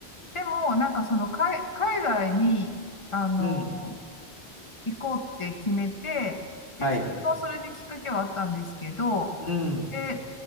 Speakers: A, on the left; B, on the left.
A: でも、なんかその、海、海外に、あの、
B: うん、
A: 行こうって決めて、で、
B: はい。
A: それはそれできっかけはあったんですけど、
B: うん。
A: で、